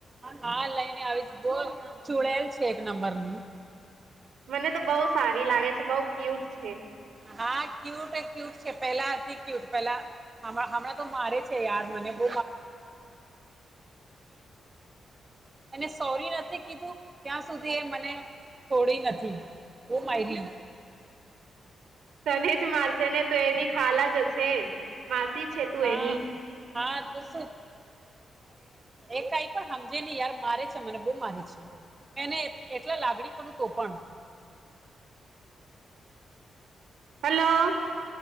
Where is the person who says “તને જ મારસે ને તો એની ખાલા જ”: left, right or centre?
Right